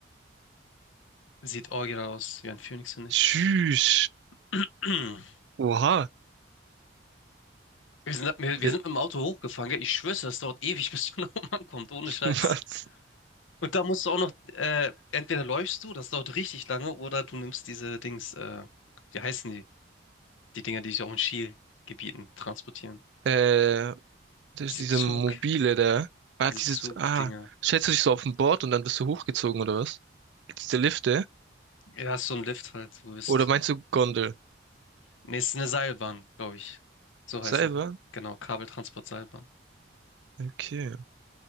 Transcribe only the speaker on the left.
Sieht original aus wie ein Phönix, finde ich.
<clears throat>
Wir sind, wir, wir
sind mit dem Auto hochgefahren, gell? Ich schwöre, das dauert ewig, <laughs> bis du nach oben ankommst, ohne
Scheiß.
Und da musst du auch noch, äh, entweder läufst du, das dauert richtig lange, oder du nimmst diese Dings, äh, wie heißen die? Die Dinger, die sich auch in Skigebieten transportieren.
Diese
Zug,
diese
Zugdinger.
Ja, ist so ein Lift halt, du bist.
Nee, es ist eine Seilbahn, glaube ich. So
heißen die. Genau, Kabeltransportseilbahn.